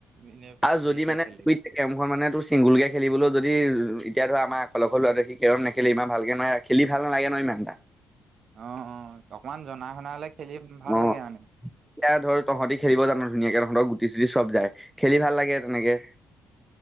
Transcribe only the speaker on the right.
এনে
হেৰিকে
খেলি।
অ', অ', অকমান জনা শুনা হলে খেলি ভাল
লাগে মানে